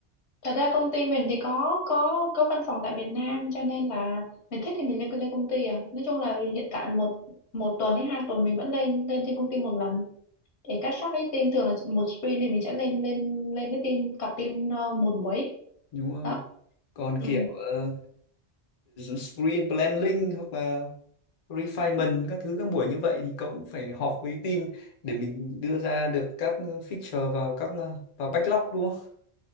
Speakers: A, on the left; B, on the left.
A: Thật ra công ty mình thì có có có văn phòng tại Việt Nam cho nên là mình thích thì mình lên lên công ty à. Nói chung là hiện tại một một tuần hay hai tuần mình vẫn lên lên trên công ty một lần để catch up với team thường là một sprint thì mình sẽ lên lên lên với team cặp team ờ, một buổi
B: đúng rồi.
A: đó.
B: Còn
A: Ừ.
B: kiểu ờ, sprint planning hoặc là refinement các thứ các buổi như vậy thì cậu cũng phải họp với team để mình đưa ra được các feature vào các vào backlog đúng không?